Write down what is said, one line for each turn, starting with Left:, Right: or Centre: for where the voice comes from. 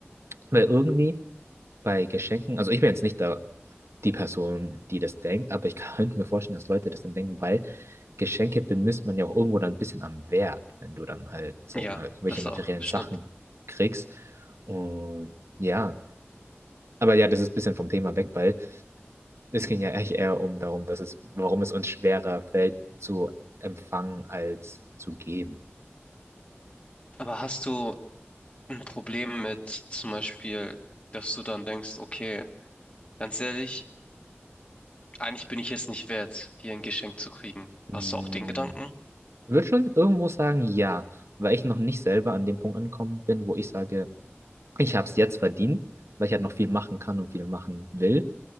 Right: Weil irgendwie bei Geschenken, also ich bin jetzt nicht da die Person, die das denkt, aber ich <laughs> könnte mir vorstellen, dass Leute das dann denken, weil Geschenke bemisst man ja auch irgendwo dann ein bisschen am Wert, wenn du dann halt, sag
Left: Ja,
Right: ich mal, irgendwelche
Left: das
Right: materiellen
Left: auch, stimmt.
Right: Sachen kriegst. Und ja, aber ja, das ist ein bisschen vom Thema weg, weil es ging ja eigentlich eher um darum, dass es, warum es uns schwerer fällt zu empfangen als zu geben.
Left: Aber hast du ein Problem mit zum Beispiel, dass du dann denkst, okay, ganz ehrlich, eigentlich bin ich es nicht wert, hier ein Geschenk zu kriegen.
Right: Hm,
Left: Hast du auch den Gedanken?
Right: würde schon irgendwo sagen, ja, weil ich noch nicht selber an dem Punkt angekommen bin, wo ich sage, Ich habe es jetzt verdient, weil ich halt noch viel machen kann und viel machen will.